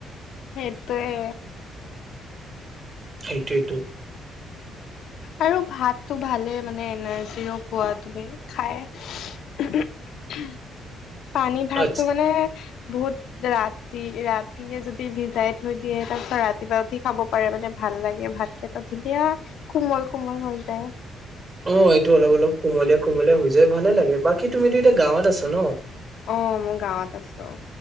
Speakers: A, on the left (about 75°); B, on the right (about 35°).
A: সেইটোৱে
B: সেইটোৱেতো৷
A: আৰু ভাতটো ভালে মানে এনাৰ্জিও পোৱা তুমি খাই৷ পানী ভাতটো
B: আ
A: মানে বহুত ৰাতি-ৰাতি য়ে যদি ভিজাই থৈ দিয়ে তাৰপিছত ৰাতিপুৱা উঠি খাব পাৰে মানে ভাত ভাল লাগে ভাত কেইটা ধুনীয়া কোমল কোমল হৈ যায়৷
B: অ এইটো অলপ-অলপ কোমলীয়া-কোমলীয়া হৈ যায় ভালে লাগে৷ বাকী তুমিতো এতিয়া গাঁৱত আছা ন?
A: আহ মই গাঁৱত আছো৷